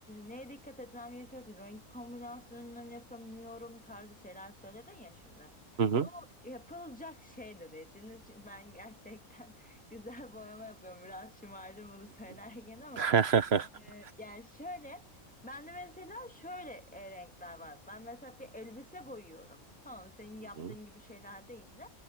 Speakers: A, in the centre; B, on the right.
A: neye dikkat etmem gerekiyor ki? Renk kombinasyonlarını yapamıyorum tarzı şeyler söyledin ya şimdi.
B: Hı hı.
A: Bu yapılacak şey de değil. Şimdi çünkü ben gerçekten <laughs> güzel boyama yapıyorum. Biraz şımardım bunu
B: Hı
A: söylerken ama
B: hı. <laughs>
A: ee, Yani şöyle, ben de mesela şöyle e, renkler var. Ben mesela bir elbise boyuyorum. Tamam, senin yaptığın
B: Hı hı.
A: gibi şeyler değil de.